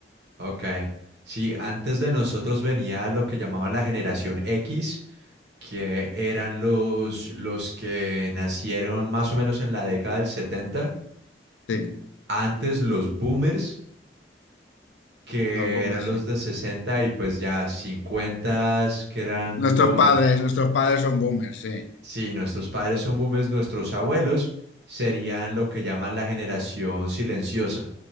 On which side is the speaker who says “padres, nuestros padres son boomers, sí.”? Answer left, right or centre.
Left